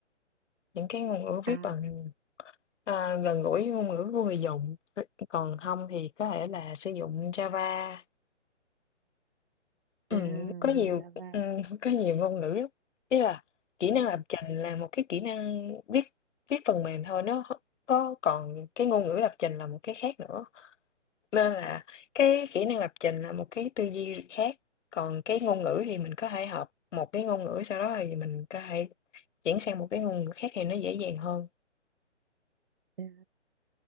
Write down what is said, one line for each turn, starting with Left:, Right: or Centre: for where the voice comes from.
Left: những cái ngôn ngữ viết
Right: à
Left: bằng, ờ, gần gũi với ngôn ngữ của người dùng. Còn không thì có thể là sử dụng Java. Ừm,
Right: à dùng
Left: có nhiều,
Right: Java
Left: ừm, có nhiều ngôn ngữ lắm. Ý là kỹ năng
Right: à,
Left: lập trình là một cái kỹ năng viết viết phần mềm thôi, nó h có còn cái ngôn ngữ lập trình là một cái khác nữa, nên là cái kỹ năng lập trình là một cái tư duy khác, còn cái ngôn ngữ thì mình có thể học một cái ngôn ngữ, sau đó thì mình có thể chuyển sang một cái ngôn ngữ khác thì nó dễ dàng hơn.
Right: à,